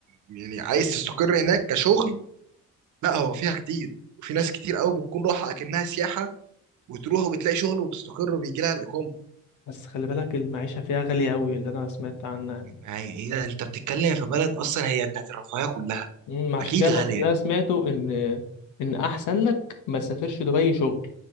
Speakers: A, on the right (about 75°); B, on the left (about 80°).
A: يعني عايز تستقر هناك كشغل لا هو فيها كتير وفي ناس كتير قوي بتكون راحه اكنها سياحه وتروح وبتلاقي شغل وتستقر وبيجي لها الاقامه
B: بس خلي بالك المعيشة فيها غالية قوي اللي أنا سمعت عنها
A: ما هي إيه انت بتتكلم في بلد اصلا هي بتاعت الرفاهيه كلها
B: امم، عشان
A: اكيد
B: كده
A: غاليه
B: أنا- اللي أنا سمعته إن إن أحسن لك ما تسافرش دبي شغل